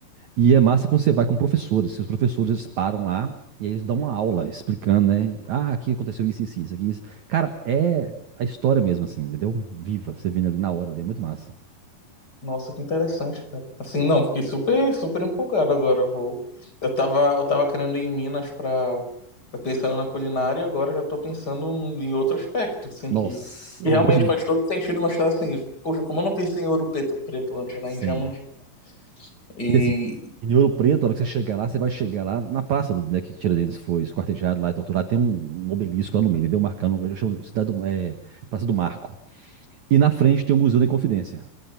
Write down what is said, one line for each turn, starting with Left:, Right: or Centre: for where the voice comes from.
Right: E é massa quando você vai com professores, que os professores eles param lá e eles dão uma aula explicando, né? Ah, aqui aconteceu isso, isso, isso, aqui, isso. Cara, é a história mesmo assim, entendeu? Viva, você vendo ali na hora, ali, é muito massa.
Left: Nossa, que interessante, cara. Assim, não, fiquei super, super empolgado agora. Vou... Eu tava, eu tava querendo ir em Minas pra, pensando na culinária, agora já tô pensando no- em outro aspecto, assim,
Right: Nossa,
Left: que, que
Right: eu
Left: realmente
Right: vou te...
Left: faz todo sentido, mas tá assim, poxa, como eu não pensei em Ouro Preto, Preto antes, né?
Right: Sim.
Left: Em Diamantina. E
Right: E assim, em Ouro Preto, na hora que você chegar lá, você vai chegar lá na praça do- né, que Tiradentes foi esquartejado lá e torturado. Tem um, um obelisco lá no meio, entendeu? Marcando, eu chamo cidade do, é, Praça do Marco. E na frente tem o Museu da Inconfidência.